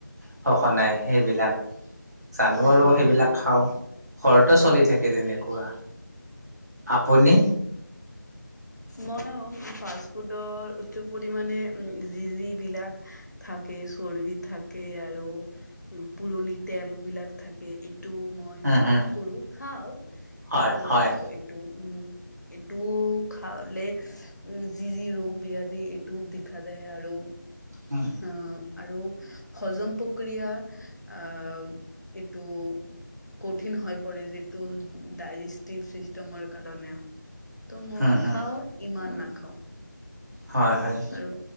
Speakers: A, on the right (about 55°); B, on the left (about 60°).
A: সঘনাই সেইবিলাক জানো আৰু
B: হয়,
A: সেইবিলাক
B: হয়,
A: খাওঁ ঘৰতো চলি থাকে তেনেকুৱা। আপুনি।
B: মইয়ো ফাষ্ট ফুডৰ উচ্চ পৰিমানে উ যি যি বিলাক থাকে। চৰ্দি থাকে আৰু পুৰণি তেল বিলাক থাকে। টো মই
A: উম
B: স্কিপ
A: হুম
B: কৰো খাওঁ
A: হয়
B: ইমান
A: হয়।
B: নাখাওঁ এইটো উম। এইটো। খালে উম যি যি ৰোগ ব্যাধি এইটোও দেখা যায় আৰু।
A: উম।
B: আহ, আৰু হজম প্ৰক্ৰিয়া আহ এইটো। কঠিন হৈ পৰে যিটো ডাইজেষ্টিভ চিষ্টেমৰ কাৰণেও। তো মই
A: হুম হুম
B: খাওঁ ইমান নাখাওঁ।
A: হয় হয়
B: আৰু